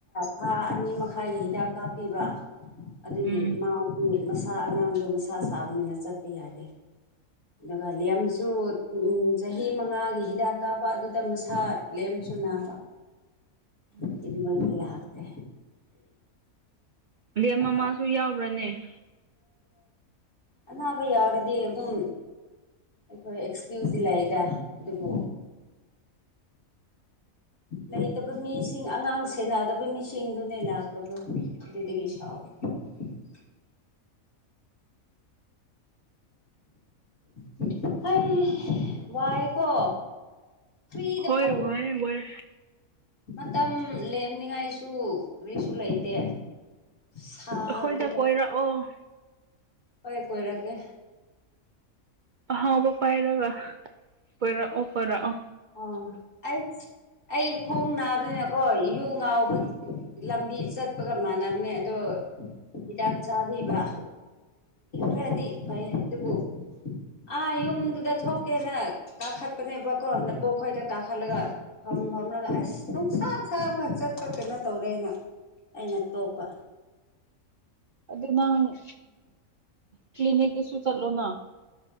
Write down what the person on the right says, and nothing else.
ꯎꯝ
ꯎꯝ
ꯗꯦ
ꯃꯃꯥꯁꯨ ꯌꯥꯎꯕ꯭ꯔꯅꯦ
ꯍꯣꯏ
ꯋꯥꯏ ꯋꯥꯏ
ꯑꯩꯈꯣꯏꯗ ꯀꯣꯏꯔꯛꯑꯣ
ꯑꯍꯥꯎꯕ ꯄꯥꯏꯔꯒ ꯄꯣꯏꯔꯛꯑꯣ ꯄꯔꯛꯑꯣ
ꯑꯗꯨ ꯅꯪ ꯎ ꯀ꯭ꯂꯤꯅꯤꯛꯇꯁꯨ ꯆꯠꯂꯣꯅ